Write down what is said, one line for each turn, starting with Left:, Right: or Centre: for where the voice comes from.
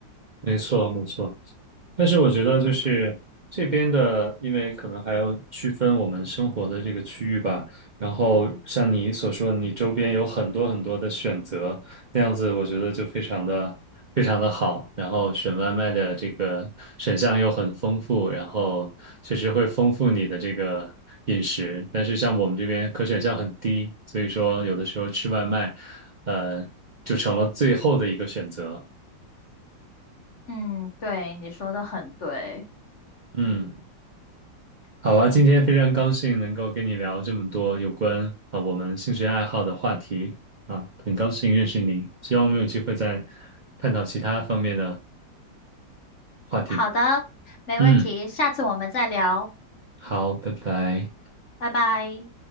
Right: 没错，没错。但是我觉得就是这边的，因为可能还要区分我们生活的这个区域吧。然后像你所说的你周边有很多很多的选择，那样子我觉得就非常的非常的好。然后选外卖的这个选项又很丰富，然后确实会丰富你的这个饮食。但是像我们这边可选项很低，所以说有的时候吃外卖，呃，就成了最后的一个选择。
Left: 嗯，对，你说的很对。
Right: 嗯。好啊，今天非常高兴能够跟你聊这么多有关啊我们兴趣爱好的话题啊，很高兴认识你，希望我们有机会再探讨其他方面的话题。
Left: 好的，没问题，
Right: 嗯，
Left: 下次我们再聊，
Right: 好，拜拜。
Left: 拜拜。